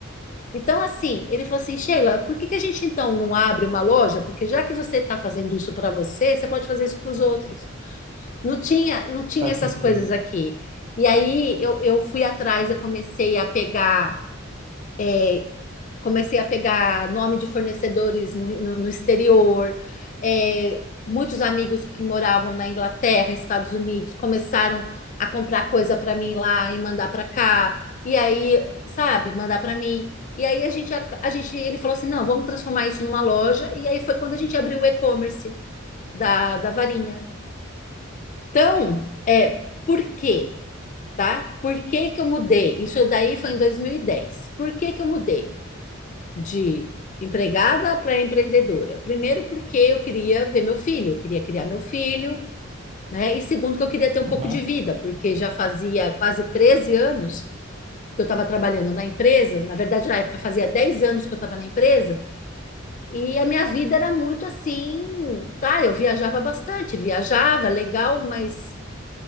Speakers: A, on the left; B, on the right.
A: Então, assim, ele falou assim: Sheila, por que que a gente então não abre uma loja? Porque já que você está fazendo isso para você, você pode fazer isso para os outros. Não tinha, não tinha
B: Faz
A: essas
B: sentido.
A: coisas aqui. E aí eu, eu fui atrás, eu comecei a pegar é, comecei a pegar nome de fornecedores no, no- no exterior. É, muitos amigos que moravam na Inglaterra, Estados Unidos, começaram a comprar coisa para mim lá e mandar para cá. E aí, sabe, mandar para mim. E aí a gente, a, a gente, ele falou assim, não, vamos transformar isso numa loja. E aí foi quando a gente abriu o e-commerce da, da Varinha. Então, é, por quê? Tá? Por que que eu mudei? Isso daí foi em 2010. Por que que eu mudei? de empregada para empreendedora. Primeiro, porque eu queria ver meu filho, eu queria criar meu filho, né? E segundo, que eu queria ter um
B: Uhum.
A: pouco de vida, porque já fazia quase 13 anos que eu estava trabalhando na empresa. Na verdade, na época fazia 10 anos que eu estava na empresa, e a minha vida era muito assim, tá? Eu viajava bastante, viajava, legal, mas